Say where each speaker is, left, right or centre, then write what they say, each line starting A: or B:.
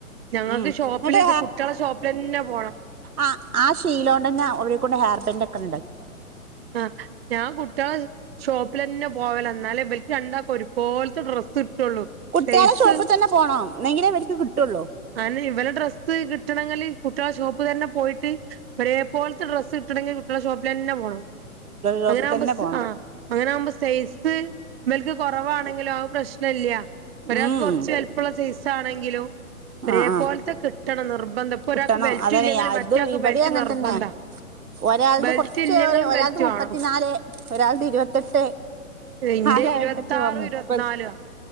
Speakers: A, on the right; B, on the right.
A: ഞങ്ങൾക്ക്
B: ഉം എന്നിട്ട്
A: ഷോപ്പില് ഇത് കുട്ടികളെ ഷോപ്പിലന്നെ പോണം.
B: ആഹ് ആ ശീലോണ്ടെന്ന ഓലെ കൊണ്ട് ഹെയർ ബാൻഡ് ഒക്കെ ഇണ്ടാക്കി
A: ആഹ് ഞാൻ കുട്ടികള ഷോപ്പിലന്നെ പോവല എന്നാലേ ഇവർക്ക് രണ്ടാക്കും ഒരുപോലത്തെ ഡ്രസ്സ് കിട്ടുള്ളൂ
B: കുട്ടിയളെ
A: സൈസ്
B: ഷോപ്പിൽ തന്നെ പോണം എങ്കിലെ ഇവർക്ക് കിട്ടൊള്ളു
A: അതിന് ഇവല ഡ്രസ്സ് കിട്ടണെങ്കില് കുട്ടികളെ ഷോപ്പിലന്നെ പോയിട്ട് ഒരേ പോലത്തെ ഡ്രസ്സ് കിട്ടണങ്കിൽ കുട്ടികള ഷോപ്പിലന്നെ പോണം
B: ഷോപ്പിൽ
A: അങ്ങനെ ആകുമ്പ
B: തന്നെ
A: ഡ്രസ്സ്
B: പോണം
A: അങ്ങനെ ആകുമ്പോ സൈസ് ഇവൾക്ക് കൊറവാണെങ്കിലും പ്രശ്നം ഇല്ല. ഒരാക്ക്
B: ഉം
A: കുറച്ച് വലുപ്പമുള്ള സൈസ് ആണെങ്കിലും ഒരേ
B: ആ ആ
A: പോലത്തെ കിട്ടണം നിർബന്ധം ഇപ്പൊ ഒരാൾക്ക്
B: കിട്ടണം
A: ബെൽറ്റ്
B: അതാണെയ്
A: ഇല്ലെങ്കിൽ
B: അത്
A: മറ്റേയാൾക്ക്
B: ഇപടേം
A: ബെൽറ്റ്
B: അങ്ങനത്തന്നെ
A: നിർബന്ധ
B: ഒരാളത്
A: ബെൽറ്റ്
B: കുറച്ച്
A: ഇല്ലെങ്കിലും
B: ഒരാളത്
A: ബെൽറ്റ്
B: മുപ്പത്തി
A: വേണം
B: മുപത്തി നാല് ഒരാൾടെ ഇരുപത്തെട്ട്
A: ഇന്റെ
B: ആ ലെവൽ
A: ഇരുപത്താറും
B: കൊക്കെ വാങ്ങ മുപ്പത്
A: ഇരുപത്തിനാലുവാ